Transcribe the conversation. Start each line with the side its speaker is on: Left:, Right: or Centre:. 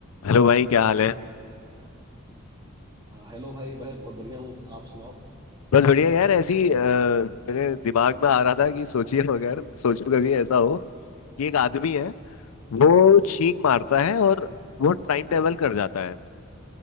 Left: Hello हाँ भाई क्या हाल है
Right: हाँ, हेलो भाई भाई बहुत बढ़िया हूँ आप सुनाओ क्या
Left: बस बढ़िया
Right: हाल चाल
Left: यार ऐसी अ, मेरे दिमाग में आ रहा था कि सोचिए अगर सोचो कभी ऐसा हो कि एक आदमी है वो छींक मारता है और
Right: हाँ हाँ
Left: वो टाइम ट्रेवल कर जाता है